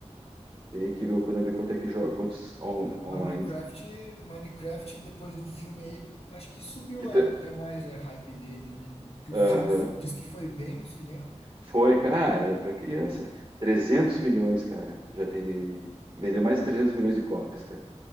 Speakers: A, on the right; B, on the left.
A: Teria que ver o Konami quanto é que joga, quantos on-
B: Minecraft,
A: online.
B: Minecraft, depois do filme aí, acho que subiu
A: Que
B: até
A: tam-
B: mais a hype dele, né? Que
A: Aham.
B: o filme f- diz que foi bem no cinema,
A: Foi, cara, para criança. trezentos milhões, cara. Já tem de- vendeu mais de 300 milhões de cópias, cara.